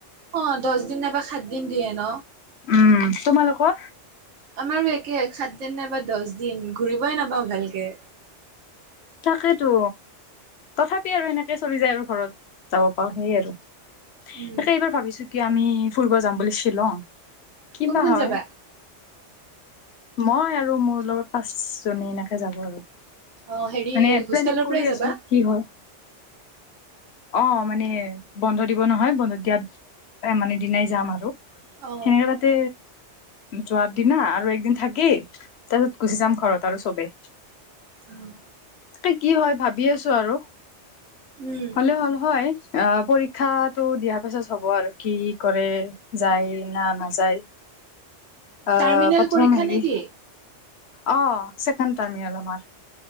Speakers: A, on the right (about 80°); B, on the left (about 65°).
A: অ দহ দিন নাইবা সাত দিন দিয়ে ন
B: উম তোমালোকৰ
A: আমাৰো একে সাত দিন নাইবা দহ দিন ঘূৰিবই নাপাওঁ ভালকে
B: তাকেতো তথাপি আৰু এনেকে চলি যায় আৰু ঘৰত যাব পাৰো সেইএ আৰু
A: উম
B: তাকে এইবাৰ ভাবিছো কি আমি ফুৰিব যাম বুলি শ্বিলং কিবা
A: কোন কোন
B: হয়
A: যাবা
B: মই আৰু মোৰ লগত পাঁচ জনী এনেকে যাব আৰু মানে
A: অ হেৰি হোষ্টেলৰ
B: প্লেনিং
A: পৰাই
B: কৰি
A: যাবা
B: আছো কি হয় অ মানে বন্ধ দিব নহয় বন্ধ দিয়াত মানে দিনাই যাম আৰু
A: অ
B: সেনেকে তাতে যোৱাৰ দিনা আৰু একদিন থাকি তাৰপিছত গুচি যাম ঘৰত আৰু চবেই
A: অহ
B: তাকেই কি হয় ভাবি আছো আৰু
A: উম
B: হ'লে হল হয় অ পৰীক্ষাটো দিয়াৰ পাছত হ'ব আৰু কি কৰে যায় না নাযায় আহ
A: টাৰ্মিনেল
B: প্ৰথম
A: পৰীক্ষা
B: হেৰি
A: নেকি
B: অ ছেকেণ্ড টাৰ্মিনেল আমাৰ